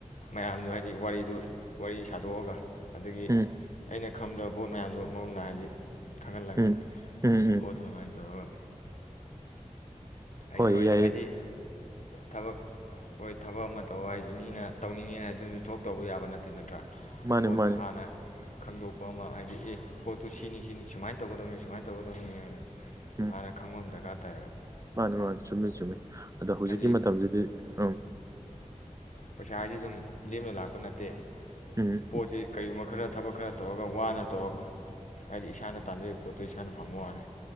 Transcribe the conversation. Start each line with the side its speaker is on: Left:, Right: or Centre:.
Left: ꯃꯌꯥꯝꯗꯣ ꯍꯥꯏꯗꯤ ꯋꯥꯔꯤꯗꯨ ꯋꯥꯔꯤ ꯁꯥꯗꯣꯛꯑꯒ ꯑꯗꯒꯤ
Right: ꯎꯝ
Left: ꯑꯩꯅ ꯈꯪꯗꯕ ꯄꯣꯠ ꯃꯌꯥꯝꯗꯣ ꯃꯅ ꯍꯥꯏꯗꯤ ꯈꯪꯍꯜꯂꯒ
Right: ꯎꯝ ꯎꯝ ꯎꯝ
Left: ꯄꯣꯠꯇꯔꯃꯥꯏꯅ ꯇꯧꯔꯒ ꯑꯩꯁꯨ
Right: ꯍꯣꯏ
Left: ꯑꯩꯅ
Right: ꯌꯥꯏꯌꯦ
Left: ꯍꯥꯏꯗꯤ ꯊꯕꯛ ꯑꯣꯏ ꯊꯕꯛ ꯑꯃ ꯇꯧꯕ ꯍꯥꯏꯁꯦ ꯃꯤꯅ ꯇꯧꯅꯤꯡꯉꯦ ꯍꯥꯏꯗꯨꯁꯨ ꯊꯣꯛ ꯇꯧꯕ ꯌꯥꯕ ꯅꯠꯇꯦ ꯅꯠꯇ꯭ꯔꯥ
Right: ꯃꯥꯅꯦ
Left: ꯄꯣꯗꯨꯨꯍꯥꯟꯅ
Right: ꯃꯥꯅꯦ
Left: ꯈꯪꯗꯣꯛꯄ ꯑꯃ ꯍꯥꯏꯗꯤ ꯑꯦ ꯄꯣꯠꯇꯨ ꯁꯤꯅꯤ ꯁꯤꯅꯤ ꯁꯨꯃꯥꯏꯅ ꯇꯧꯒꯗꯕꯅꯤ ꯁꯨꯃꯥꯏꯅ ꯇꯧꯒꯗꯕꯅꯤ ꯍꯥꯏꯅ
Right: ꯎꯝ
Left: ꯍꯥꯟꯅ ꯈꯪꯕꯝ ꯖꯀ ꯇ
Right: ꯃꯥꯅꯦ ꯃꯥꯅꯦ ꯆꯨꯝꯃꯦ ꯆꯨꯝꯃꯦ ꯑꯗꯣ ꯍꯧꯖꯤꯛꯀꯤ
Left: ꯍꯥꯏꯗꯤ
Right: ꯃꯇꯝꯖꯤꯗꯤ ꯑꯪ
Left: ꯄꯩꯁꯥ ꯍꯥꯏꯖꯤ ꯑꯗꯨꯝ ꯂꯦꯝꯅ ꯂꯥꯛꯄ ꯅꯠꯇꯦ
Right: ꯎꯝ
Left: ꯄꯣꯖꯤ ꯀꯩꯃꯛ ꯈꯔ ꯊꯕꯛ ꯈꯔ ꯇꯧꯔꯒ ꯋꯥꯅ ꯇꯧꯔꯒ ꯍꯥꯏꯗꯤ ꯏꯁꯥꯅ ꯇꯥꯟꯖꯔꯤꯕ ꯄꯣꯠꯇꯨ ꯏꯁꯥꯅ ꯐꯪꯕ ꯋꯥꯅꯤ